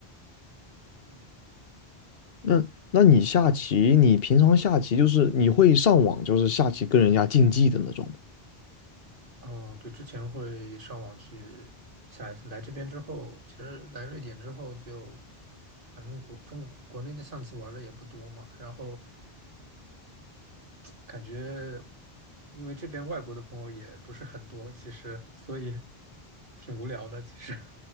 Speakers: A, on the right; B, on the left.
A: 嗯，
B: 那那你下棋，你平常下棋就是你会上网就是下棋跟人家竞技的那种吗？
A: 哦，对，之前会上网去下一次。来这边之后，其实来瑞典之后就，反正国中国国内的象棋玩的也不多嘛，然后。感觉因为这边外国的朋友也不是很多，其实所以 <laughs> 挺无聊的。其实